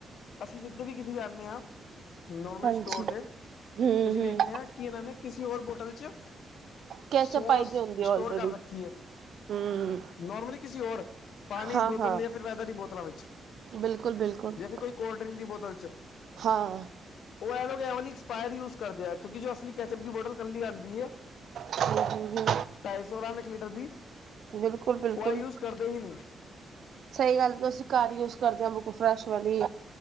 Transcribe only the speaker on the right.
ਹਾਂਜੀ
ਹਮ
ਹਮ
ਕੈਚਅਪ
ਪਾਈ ਦੀ ਹੁੰਦੀ ਹੈ
ਆਲਰੇਡੀ
ਹਮ
ਹਾਂ
ਹਾਂ
ਬਿਲਕੁਲ ਬਿਲਕੁਲ
ਹਾਂ।
ਹੂੰ, ਹੂੰ,
ਹੂੰ, ਬਿਲਕੁਲ ਬਿਲਕੁਲ
ਸਹੀ ਗੱਲ, ਅਸੀਂ ਘਰ ਯੂਜ ਕਰਦੇ ਹਾਂ ਬਿਲਕਲ ਫਰੈਸ਼ ਵਾਲੀ,